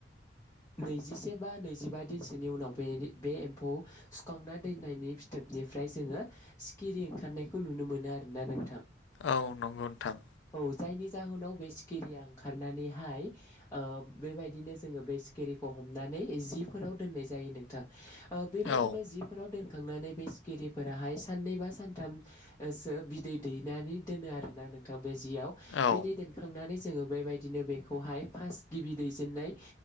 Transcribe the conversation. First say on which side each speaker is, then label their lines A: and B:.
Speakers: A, on the left (about 15°); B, on the left (about 80°).
A: नैजिसे बा नैजिबा दिनसोनि उनाव बे एम्फौ सुखांना दोननायनि फिथोबनि निफ्राय जोङो सिखिरि ओंखारनायखौ नुनो मोनो आरोना नोंथां।
B: औ नंगौ नोंथां।
A: औ जायनि जाहोनाव बे सिखिरिया ओंखारनानैहाय। बेबायदिनो जोङो बे सिकिरिखौ हमनानै जिफोराव दोननाय जायो नोंथां। बेबायदिनो
B: औ
A: जिफोराव दोन खांनानै बे सिखिरिफोराहाय साननै बा सानथामसो बिदै दैनानै दोनो आरोना नोंथां। बे जियाव
B: औ
A: बिदैै दोनखांनानै जोङो बेबायदिनो बेखौहाय फार्स्ट गिबि दैजेननाय